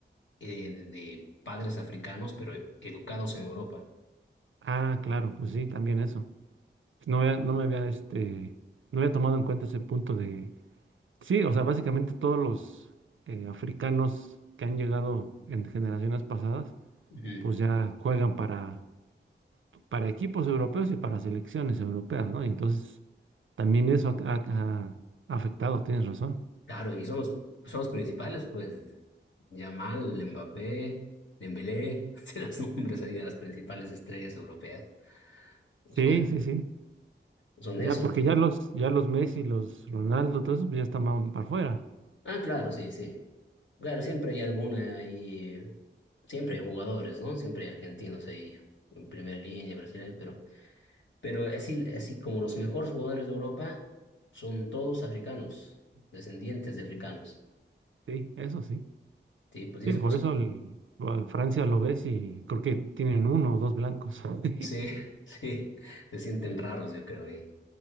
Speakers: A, on the left; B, on the right.
A: eh, de de padres africanos, pero educados en Europa.
B: Ah, claro, pues sí, también eso. No había- no me había, este, no había tomado en cuenta ese punto de Sí, o sea, básicamente todos los eh, africanos que han llegado en generaciones pasadas,
A: Ujú.
B: pues ya juegan para, para equipos europeos y para selecciones europeas, ¿no? Y entonces también eso ha, ha- ha afectado, tienes razón.
A: Claro, y son los, son los principales, pues. Yamal, Mbappé, Dembélé, <laughs> se los nombres ahí de las principales estrellas europeas.
B: Sí,
A: Son,
B: sí, sí.
A: son
B: Ya
A: eso.
B: porque ya los, ya los Messi, los Ronaldo, todo eso, pues ya están para afuera.
A: Ah, claro, sí, sí. Claro, siempre hay alguna ahí, siempre hay jugadores, ¿no? Siempre hay argentinos ahí en primera línea, brasileños, pero, pero así, así como los mejores jugadores de Europa son todos africanos, descendientes de africanos.
B: Sí, eso sí.
A: Sí, pues
B: Sí,
A: y eso
B: por
A: pasó.
B: eso
A: <clears throat>
B: el- a Francia lo ves y creo que tienen uno o dos blancos. <laughs>
A: Sí, <laughs> sí, se sienten raros, yo creo ahí.